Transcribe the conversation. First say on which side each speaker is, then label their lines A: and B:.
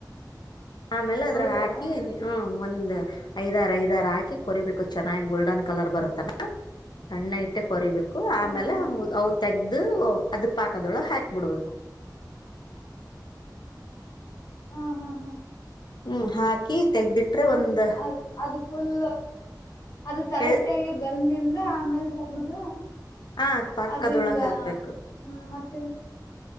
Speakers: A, on the left; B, on the left.
A: ಆಮೇಲೆ ಅದ್ರ
B: ಹೌದಾ
A: ಹಾಕಿ. ಹ ಒಂದ್ ಐದಾರ ಐದಾರು ಹಾಕಿ ಕೊರಿಬೇಕು ಚೆನ್ನಾಗಿ ಗೋಲ್ಡನ್ ಕಲರ್ ಬರುತ್ತನ. ಸಣ್ಣ ಇಟ್ಟೆ ಕೊರಿಬೇಕು ಆಮೇಲೆ
B: ಹಾ ಹಾ
A: ಅವು ತೆೆಗೆದು ಅದು ಪಾಕದೊಳಗೆ ಹಾಕಿಬಿಡ್ಬೇಕು.
B: ಹಾ ಹಾ ಹಾ
A: ಹ್ಮ್ ಹಾಕಿ ತೆಗಬಿಟ್ರೆ
B: ಆ
A: ಒಂದ್.
B: ಅದು ಫುಲ್ ಅದು ಕರೆಕ್ಟ್
A: ಎಳ್
B: ಆಗಿ ಬೆಂದಿಂದ ಆಮೇಲ್ ತಗ್ದ.
A: ಹಾ ಪಾಕದೊಳಗ
B: ಅದು ಹಿಂಗ
A: ಹಾಕ್ಬೇಕು
B: ಹ್ಮ ಮತ್ತೆ.